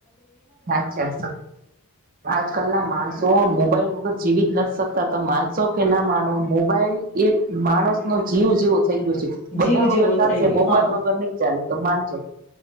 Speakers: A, on the right; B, on the left.
A: સાચે છ આજકાલ ના માણસો મોબાઈલ વ ગર જીવી જ નથ શકતા તમ માનસો કે ન માનો મોબાઈલ એક માણસનો જીવ જેવો થઈ ગયું છે,
B: જીવ
A: બધા
B: જેવો
A: વગર ચાલશે
B: થઈ ગયો
A: મોબાઈલ
B: હા
A: વગર નઈ ચાલે, તમ માનશો